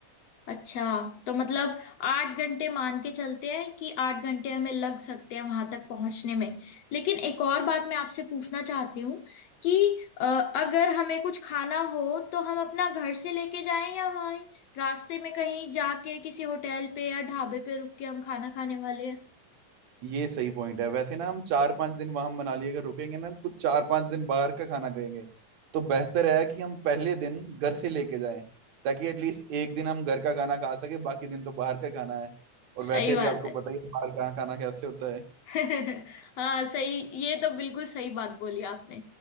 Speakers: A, on the left (about 60°); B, on the right (about 65°).
A: अच्छा तो मतलब आठ घंटे मान के चलते हैं कि आठ घंटे हमें लग सकते हैं वहां तक पहुंचने में लेकिन एक और बात मैं आपसे पूछना चाहती हूँ कि अ, अगर हमें कुछ खाना हो तो हम अपना घर से लेके जाएं या वहीं रास्ते में कहीं जाके किसी होटल पे या ढाबे पे रुक के हम खाना खाने वाले हैं
B: ये सही पॉइंट है वैसे ना हम चार पांच दिन वहां मनाली अगर रुकेंगे ना तो चार पांच दिन बाहर का खाना खाएंगे तो बेहतर है कि हम पहले दिन घर से लेके जाएं ताकि एटलीस्ट एक दिन हम घर का खाना खा सके बाकी दिन तो बाहर का खाना है और वैसे
A: सही बात
B: भी आपको
A: है
B: पता ही है बाहर का खाना कैसे होता है
A: <laughs> हाँ सही ये तो बिल्कुल सही बात बोली आपने